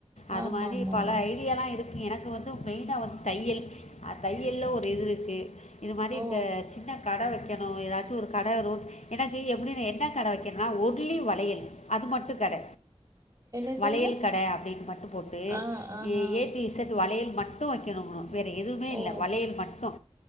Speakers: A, on the left; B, on the right.
A: அது
B: ஆமா
A: மாரி
B: ஆமாமா
A: பல ஐ ஐடியால்லா இருக்கு எனக்கு வந்து மெயினா வந்து தையல் அ தையல்ல ஒரு இது இருக்கு இது மாரி
B: ஓ
A: த சின்ன கட வெக் வெக்கணு ஏதாச்சு ஒரு கட ரோட் எனக்கு எப்டினு என்ன கட வெக்கணுனா ஒன்லி வளையல் அது மட்டு கட
B: என்னதுங்க?
A: வளையல் கட அப்டின் மட்டு போட்டு
B: ஆ, ஆஹா.
A: ஏ டு இஸேட் வலையல் மட்டு வெக்கணுமா வேற எதுமே
B: ஓ!
A: இல்ல வளையல் மட்டு